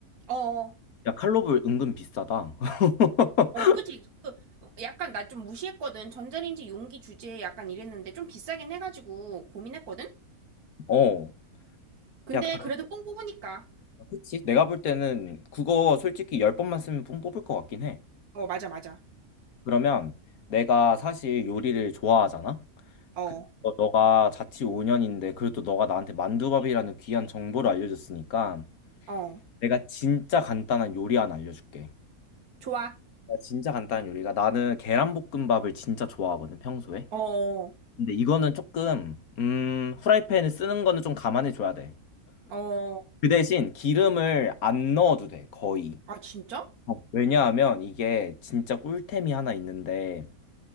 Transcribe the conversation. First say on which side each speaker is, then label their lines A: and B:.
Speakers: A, on the right; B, on the left.
A: 어, 어,
B: 야 칼로벌 은근 비싸다. <laughs>
A: 어, 그치. 그, 어, 약간 나 좀 무시했거든. 전자레인지 용기 주제에 약간 이랬는데, 좀 비싸긴 해가지고 고민했거든?
B: 어,
A: 근데
B: 야 그-
A: 그래도 뽕 뽑으니까.
B: 그치? 내가 볼 때는 그거 솔직히 열 번만 쓰면 뽕 뽑을 것 같긴 해.
A: 어, 맞아, 맞아.
B: 그러면 내가 사실 요리를 좋아하잖아.
A: 어,
B: 그- 어, 너가 자취 5년인데 그래도 너가 나한테 만두밥이라는 귀한 정보를 알려줬으니까
A: 어.
B: 내가 진짜 간단한 요리 하나 알려줄게.
A: 좋아.
B: 내가 진짜 간단한 요리가 나는 계란볶음밥을 진짜 좋아하거든 평소에.
A: 어,
B: 근데 이거는 조금 음 후라이팬을 쓰는 거는 좀 감안해 줘야 돼.
A: 어.
B: 그 대신 기름을 안 넣어도 돼 거의.
A: 아, 진짜?
B: 어, 왜냐하면 이게 진짜 꿀템이 하나 있는데